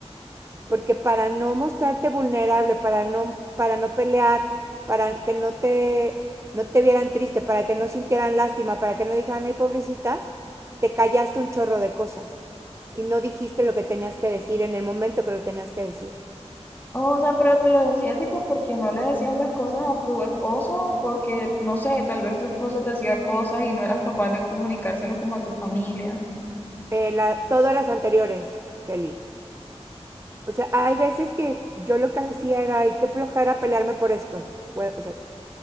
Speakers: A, on the right; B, on the left.
A: porque para no mostrarte vulnerable, para no, para no pelear, para que no te, no te vieran triste, para que no sintieran lástima, para que no dijeran, ay, pobrecita, te callaste un chorro de cosas y no dijiste lo que tenías que decir en el momento que lo tenías que decir.
B: O sea, pero te lo decía tipo porque no le decías las cosas a tu esposo, porque no sé, tal vez tu esposo te hacía cosas y no eras capaz de comunicárselo como a tu familia.
A: Eh, la, todas las anteriores, Kelly. O sea, hay veces que yo lo que hacía era, ay, qué flojera pelearme por esto. Hue o sea,